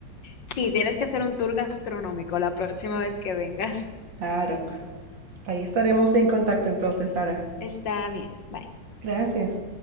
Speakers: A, on the left; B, on the right.
A: Sí, tienes que hacer un tour gastronómico la próxima vez que vengas.
B: Claro, ahí estaremos en contacto entonces, Sara.
A: Está bien, bye.
B: Gracias.